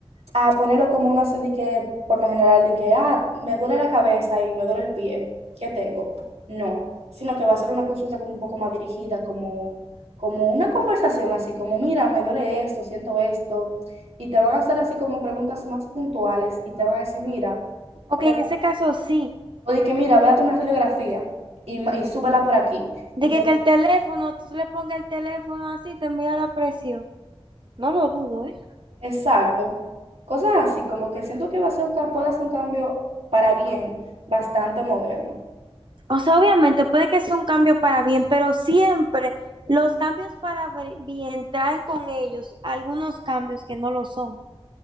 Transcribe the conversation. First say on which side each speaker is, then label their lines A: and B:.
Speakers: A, on the right; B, on the right.
A: a ponerlo como uno hace de que, por lo general, de que, ah, me duele la cabeza y me duele el pie, ¿qué tengo? No, sino que va a ser una consulta como un poco más dirigida, como, como una conversación así, como, mira, me duele esto, siento esto, y te van a hacer así como preguntas más puntuales y te van a decir, mira,
B: Ok,
A: ve-
B: en ese caso sí,
A: o de que, mira, véate una radiografía y, ma- y súbela por aquí,
B: de
A: y te,
B: que, que el teléfono, tú le pongas el teléfono así, te envía la presión. No lo dudo, ¿eh?
A: exacto, cosas así, como que siento que va a ser un, ca- puede hacer un cambio para bien bastante moderno.
B: O sea, obviamente puede que sea un cambio para bien, pero siempre los cambios para ver- bien traen con ellos algunos cambios que no lo son,